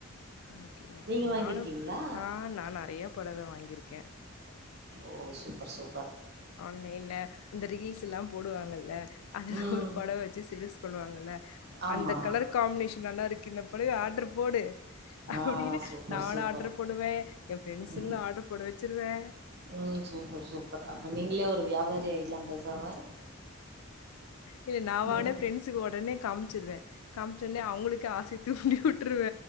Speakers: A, on the left; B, on the right.
A: ஓகே ஓகே
B: நீங்க வாங்கியிருக்கீங்களா?
A: நானு அ நா நறைய பொடவ வாங்கியிருக்க
B: ஒ சூப்பர் சூப்
A: ஆன்லைன்ல இந்த ரீல்ஸுல்லா போடுவாங்கல்ல அதுல
B: ம்.
A: ஒரு பொடவ வெச்சி சேல்ஸ் பண்ணுவாங்கல
B: ஆமா.
A: அந்த கலர் காம்னேஷன் நல்லா இருக்கு இந்தப் அப்டியே ஆட்ரு போடு அப்டினு
B: ஆ சூப்பர்,
A: நானு
B: சூப்பர்.
A: ஆட்ரு போடுவே ஏ ஃரெண்ட்ஸுங்ளு
B: ம்
A: ஆட்ரு போட வெச்சிருவே
B: ம் சூப்பர் சூப்பர் அப்ப நீங்களே ஒரு வியாபாரி ஆயிட்லா பேசாம
A: இல்ல நா
B: ம்
A: வாங்னா ஃப்ரெண்ட்ஸுக்கு ஒடனே காமிச்சிருவே காமிச்ச ஒன்னே அவுங்களுக்கு ஆசய தூண்டிவுட்ருவ